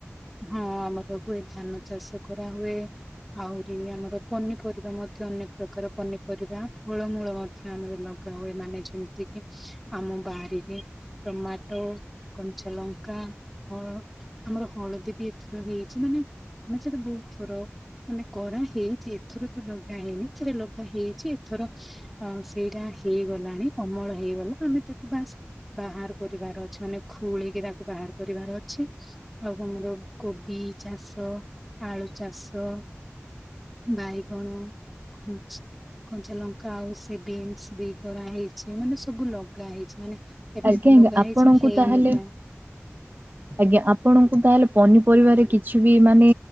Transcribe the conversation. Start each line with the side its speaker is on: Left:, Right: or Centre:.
Centre: ହଁ ଆମର ହୁଏ ଧାନ ଚାଷ କରାହୁଏ। ଆହୁରି ଆମର ପନିପରିବା ମଧ୍ୟ ଅନେକ ପ୍ରକାର ପନିପରିବା ଫଳମୂଳ ମ ଧ୍ୟ ଆମର ଲଗା ହୁଏ ମାନେ ଯେମ୍ତି କି ଆମ ବାରିରେ ଟମାଟୋ, କଞ୍ଚାଲଙ୍କା <unintelligible> ଆମର ହଳଦୀ ବି ଏଥର ହେଇଚି ମାନେ ଆମେ ସେଠି ବହୁତ୍ ଥର ମାନେ କରା ହେଇଚି ଏଥର ତ ଲଗା ହେଇନି <unintelligible> ଲଗା ହେଇଚି ଏଥର ହଁ ସେଇଟା ହେଇଗଲାଣି ଅମଳ ହେଇଗଲା ଆମେ ତାକୁ ବାସ୍ ବାହାର୍ କରିବାର ଅଛି ମାନେ ଖୋଳିକି ତାକୁ ବାହାର୍ କରିବାର ଅଛି। ଆଉ ଆମର କୋବି ଚାଷ, ଆଳୁ ଚାଷ ବାଇଗଣ, କନ୍ଚ କଞ୍ଚା ଲଙ୍କା ଆଉ ସେ ବିନ୍ସ ବି କରାହେଇଚି, ମାନେ ସବୁ ଲଗା ହେଇଚି ମାନେ ଏବେ
Right: ଆଜ୍ଞା
Centre: ତ
Right: ଆଜ୍ଞା
Centre: ଲଗା
Right: ଆପଣଙ୍କୁ
Centre: ହେଇଚି, ହେଇନି
Right: ତାହେଲେ
Centre: ତା।
Right: ଆଜ୍ଞା ଆପଣଙ୍କୁ ତାହେଲେ ପନିପରିବାରେ କିଛି ବି ମାନେ